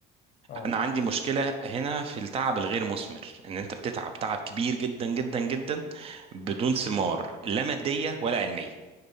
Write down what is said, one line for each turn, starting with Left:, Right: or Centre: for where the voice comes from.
Left: اه
Right: انا عندي مشكله هنا في التعب الغير مثمر ان انت بتتعب تعب كبير جدا جدا جدا بدون
Left: ومش
Right: ثمار
Left: بتلاقي
Right: لا ماديه ولا علميه